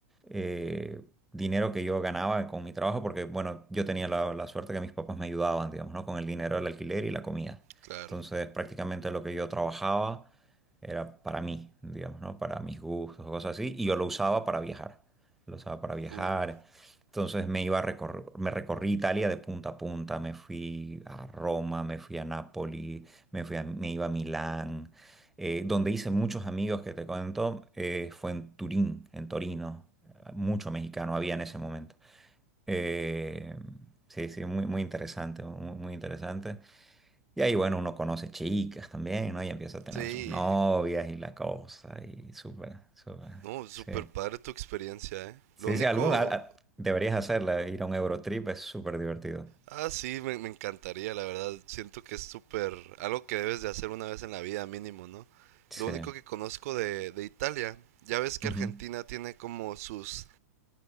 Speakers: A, in the centre; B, on the right.
A: eh, dinero que yo ganaba con mi trabajo, porque bueno, yo tenía la, la suerte que mis papás me ayudaban, digamos, ¿no? Con el dinero del alquiler y la comida.
B: Claro.
A: Entonces prácticamente lo que yo trabajaba era para mí, digamos, ¿no? Para mis gustos, cosas así, y yo lo usaba para viajar. Lo usaba para viajar,
B: Uh.
A: entonces me iba a recor- me recorrí Italia de punta a punta, me fui a Roma, me fui a Nápoli, me fui a- me iba a Milán. Eh, donde hice muchos amigos que te cuento, eh, fue en Turín, en Torino. Mucho mexicano había en ese momento. Eh, sí, sí, muy, muy interesante, muy, muy interesante. Y ahí, bueno, uno conoce chicas también, ¿no? Y empieza a tener
B: Sí,
A: sus novias y la cosa, y súper, súper,
B: no, súper
A: sí.
B: padre tu experiencia, ¿eh?
A: Sí,
B: Lo único,
A: sí, alguna a- deberías hacerla, ir a un Eurotrip es súper divertido.
B: ah, sí, me, me encantaría, la verdad. Siento que es súper, algo que debes de hacer una vez en la vida mínimo, ¿no?
A: Sí.
B: Lo único que conozco de, de Italia, ya ves que
A: Ujú.
B: Argentina tiene como sus,